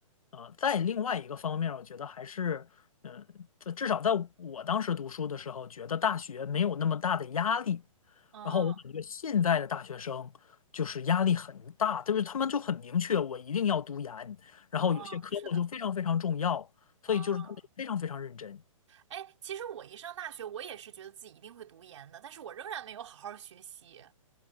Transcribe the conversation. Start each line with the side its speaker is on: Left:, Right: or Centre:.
Left: 啊，在另外一个方面儿我觉得还是，嗯，在至少在我当时读书的时候，觉得大学没有那么大的压力。
Right: 嗯
Left: 然后我感觉现在的大学生就是压力很大，就是他们就很明确，我一定要读研，然后有些科目就非常非常重要，
Right: 嗯，是的。
Left: 所以就是他们非常非常认真。
Right: 嗯，哎，其实我一上大学，我也是觉得自己一定会读研的，但是我仍然没有好好学习。